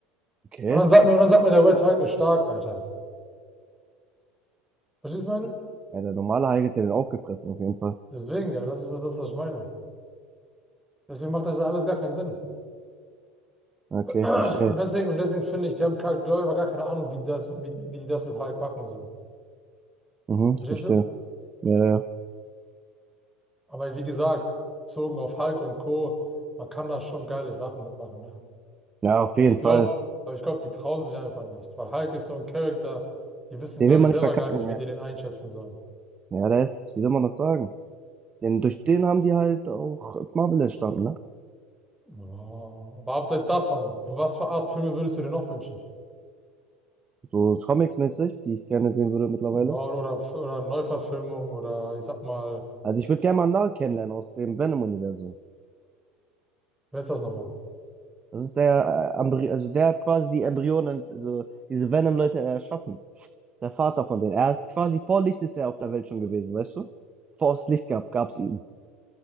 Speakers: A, on the right (about 25°); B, in the centre.
A: Okay.
B: Und dann sagt mir, und dann sagt mir, der Red Hulk ist stark, Alter. Verstehst du, was ich meine?
A: Ja, der normale Hulk hat den aufgefressen, auf jeden Fall.
B: Deswegen, ja, das ist ja das, was ich meine. Deswegen macht das ja alles gar keinen Sinn.
A: Okay,
B: <clears throat>
A: ich verstehe.
B: Und deswegen, und deswegen finde ich, die haben, glaube ich, aber gar keine Ahnung, wie das, wie, wie die das mit Hulk machen sollen.
A: Mhm,
B: Verstehst
A: ich verstehe.
B: du?
A: Ja, ja.
B: Aber wie gesagt, bezogen auf Hulk und Co., man kann da schon geile Sachen mitmachen, ne?
A: Ja, auf
B: Aber
A: jeden
B: ich glaube,
A: Fall.
B: aber ich glaube, die trauen sich einfach nicht, weil Hulk ist so ein Charakter, die wissen,
A: Den
B: glaube
A: will man
B: ich, selber
A: nicht verkacken,
B: gar nicht, wie
A: ja.
B: die den einschätzen sollen.
A: Ja, das ist, wie soll man das sagen? Denn durch den haben die halt auch Marvel entstanden, ne?
B: Ja, aber abseits davon, was für Art Filme würdest du dir noch wünschen?
A: So Comics-mäßig, die ich gerne sehen würde mittlerweile.
B: Ja, oder, oder Neuverfilmung oder ich sag mal,
A: Also ich würde gerne mal Null kennenlernen aus dem Venom-Universum.
B: wer ist das nochmal?
A: Das ist der, äh, Embry also der hat quasi die Embryonen, also diese Venom-Leute erschaffen. Der Vater von denen. Er ist quasi vor Licht ist er auf der Welt schon gewesen, weißt du? Vor es Licht gab, gab es ihn.